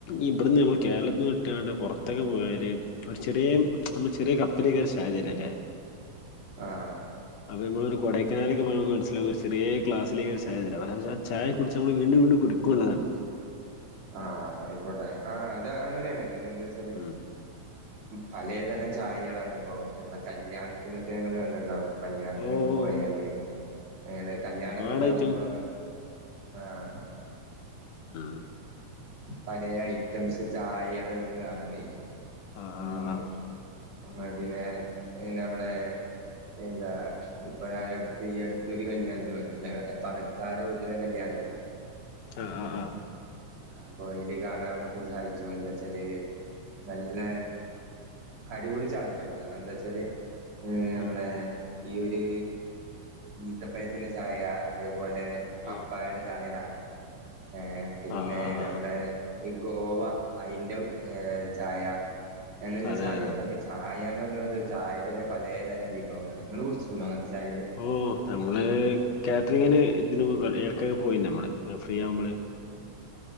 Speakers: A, on the left; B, on the right.
A: ഇവിടുന്ന് നമ്മൾ കേരളത്തിൽ നിന്ന് വിട്ടാണ്ട് പുറത്തൊക്കെ പോയൽ. ഒരു ചെറിയ നമ്മൾ ചെറിയ കപ്പലേക്കാരം ചായ തരല്ലേ?
B: ആഹ്
A: അത് നമ്മൾ കൊടൈക്കനേലേക്ക് പോയ നമുക്ക് മനസിലാവും ഒരു ചെറിയ ക്ലാസിലേക്ക ഒരു ചായ തരാ അതെന്താന്ന് വെച്ച ചായ കുടിച്ച് നമ്മള് വീണ്ടും വീണ്ടും കുടി <unintelligible>
B: ആ ആയിക്കോട്ടെ ആ അതങ്ങനെയാണ് പിന്നെന്താച്ചാല്
A: ഉം
B: പലതരം ചായകളാണിപ്പോ നമ്മളെ കല്യാണത്തിനൊക്കെ നിങ്ങള് കണ്ടിട്ടുണ്ടാവും കല്യാണത്തിനൊക്കെ
A: ഓ ഓ
B: പോയാല് അങ്ങനെ കല്യാണക്കെയിണ്ടാവുമ്പോ
A: ഒരുപാട് ഐറ്റം
B: ആഹ്ഹ്
A: ഉം
B: പലെ ഐറ്റംസ് ചായകള് നമുക്ക് കാണാൻ കഴിക്കും
A: ആഹ് ആഹ്
B: മ്മ് മതിനെ പിന്നെ നമ്മളെ എന്താ ഇപ്പ ഞാനടുത്ത് ഈ അടുത്തൊരു കല്യാണത്തിന് വന്നു അല്ല പണക്കാര വീട്ടില കല്യാണ
A: ആ ആ ആ
B: <unintelligible> ഇപ്പൊ അതില് കാണാൻ നമ്മക്ക് സാധിച്ചത് എന്താച്ചാല് നല്ല അടിപൊളി ചായേണ് കാരണം എന്താച്ചാല് നമ്മളെ
A: ഉം
B: ഈ ഒരു ഈത്തപ്പയത്തിന്റെ ചായ അതേ പോലെ പപ്പായുടെ
A: ഓ
B: ചായ ഏഹ് പിന്നെ
A: ആഹ് ആഹ്
B: ന ഏഹ് ഈ ഗോവ അയിന്റെ ഏഹ് ചായ <unintelligible>
A: അതെ
B: സാധനങ്ങളൊക്കെ
A: അതെ
B: ചായേന്ന് പറഞ്ഞ കൊണ്ട് ചായേടെ തന്നെ പലേ തരം വിഭവങ്ങള് നിങ്ങള് കുടിച്ചിട്ടുണ്ടോ അങ്ങനത്തെ ചായകള്
A: ഓഹ് നമ്മള് കാറ്ററിങ്ങിന് ഇതിന് ഇടക്കെ പോയി നമ്മള് ഫ്രീ ആവുമ്പോള്